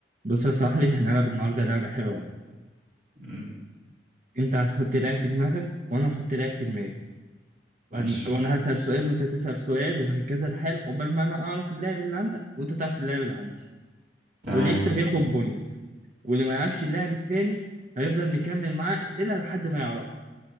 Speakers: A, on the right; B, on the right.
A: بص يا صاحبي احنا هنلعب النهارده لعبة حلوة أوي
B: مم.
A: أنت هتحط لاعب في دماغك وأنا هحط لاعب في دماغي وهن-
B: ماشي
A: وأنا هسأل سؤال وأنت تسأل سؤال وهكذا الحال عقبال ما أنا أعرف اللاعب اللي عندك وأنت تعرف اللاعب اللي عندي
B: تمام
A: واللي يكسب ياخد بوينت واللي ما يعرفش اللاعب التاني هيفضل مكمل معاه أسئلة لحد ما يعرفه